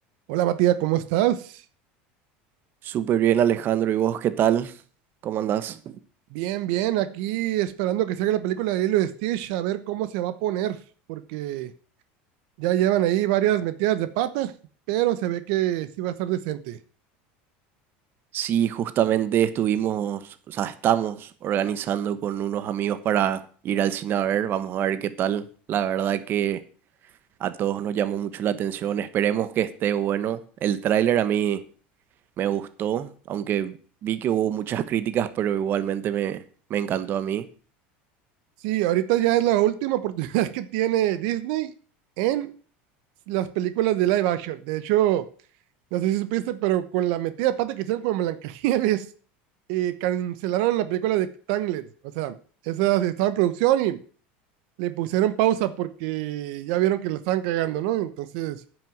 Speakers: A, on the right; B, on the right.
A: Hola Matías, ¿cómo estás?
B: Súper bien, Alejandro. ¿Y vos qué tal? ¿Cómo andás?
A: Bien, bien, aquí esperando que salga la película de Lilo y Stitch, a ver cómo se va a poner, porque ya llevan ahí varias metidas de pata, pero se ve que sí va a estar decente.
B: Sí, justamente estuvimos, o sea, estamos organizando con unos amigos para ir al cine a ver. Vamos a ver qué tal. La verdad que a todos nos llamó mucho la atención. Esperemos que esté bueno. El tráiler a mí me gustó, aunque vi que hubo muchas críticas, pero igualmente me, me encantó a mí.
A: Sí, ahorita ya es la última oportunidad <laughs> que tiene Disney en las películas de live action. De hecho, no sé si supiste, pero con la metida de pata que hicieron con Blancanieves, eh, cancelaron la película de Tangled. O sea, esa estaba en producción y le pusieron pausa porque ya vieron que la estaban cagando, ¿no? Entonces,